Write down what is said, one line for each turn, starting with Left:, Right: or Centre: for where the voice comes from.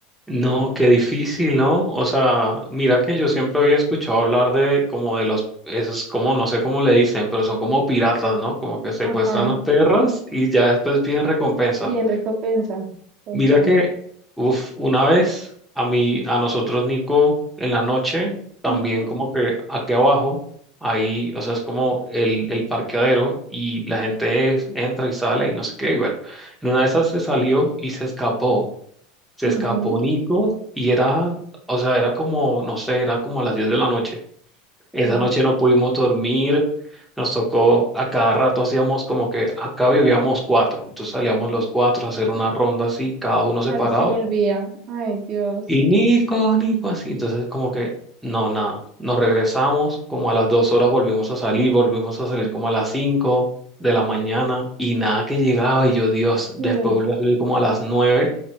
Centre: No, qué difícil, ¿no? O sea, mira que yo siempre había escuchado hablar de como de los, esos como, no sé cómo le dicen, pero son como piratas, ¿no? Como que secuestran
Right: Ajá,
Centre: a perras y ya después piden recompensa.
Right: sí, en recompensa, total.
Centre: Mira que, uff, una vez a mí, a nosotros, Nico, en la noche, también
Right: Ajá,
Centre: como que aquí abajo, ahí, o sea, es como el, el parqueadero y la gente es- entra y sale y no sé qué, y bueno, en una de esas se salió y se escapó. Se
Right: ajá,
Centre: escapó Nico y era, o sea, era como, no sé, era como las 10 de la noche. Esa
Right: qué
Centre: noche no pudimos dormir, nos tocó, a cada rato hacíamos como que acá vivíamos cuatro, entonces salíamos los cuatro a hacer una ronda así, cada uno separado,
Right: A ver si volvía. Ay, Dios.
Centre: y Nico, Nico, así. Entonces, como que, no, nada. Nos regresamos, como a las dos horas volvimos a salir, volvimos a salir como a las cinco de la mañana y nada que llegaba. Y yo, Dios,
Right: Dios.
Centre: después volví a salir como a las nueve.